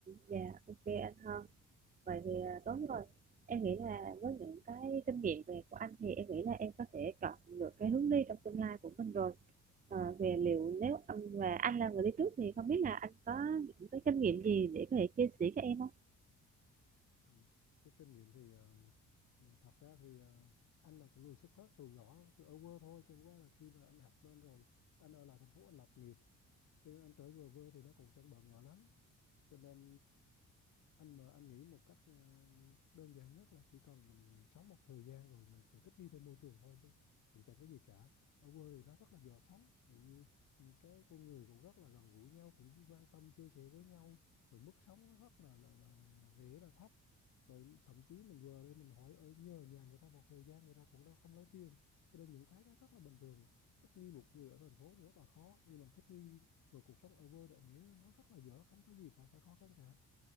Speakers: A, on the right; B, on the left.
A: dạ ok anh Hân vậy thì à, tốt rồi em nghĩ là với những cái kinh nghiệm về của anh thì em nghĩ là em có thể chọn được cái hướng đi trong tương lai của mình rồi Ờ, về liệu nếu anh và anh là người đi trước thì không biết là anh có những cái kinh nghiệm gì để có thể chia sẻ cho em không
B: ừ. cái kinh nghiệm thì ờ, là thật ra thì ờ, anh là cũng người xuất phát từ nhỏ từ ở quê thôi chẳng qua là khi mà anh học lên rồi anh ở lại thành phố anh lập nghiệp cho nên anh trở về quê thì nó cũng chẳng bỡ ngỡ lắm cho nên anh mà anh nghĩ một cách là đơn giản nhất là chỉ cần mình mình sống một thời gian rồi mình sẽ thích nghi theo môi trường thôi chứ cũng chẳng cái gì cả ở quê thì nó rất là dễ sống cũng như ừ, cái con người cũng rất là gần gũi nhau cũng quan tâm chia sẻ với nhau rồi mức sống nó rất là là, là, là, là rẻ là thấp rồi thậm chí mình vừa đây mình hỏi ở nhờ nhà người ta một thời gian người ta cũng đâu không lấy tiền cho nên những cái đó rất là bình thường thích nghi một người ở thành phố thì rất là khó nhưng mà thích nghi và cuộc sống ở vô tình anh nghĩ nó rất là dở không có gì phải phải khó khăn cả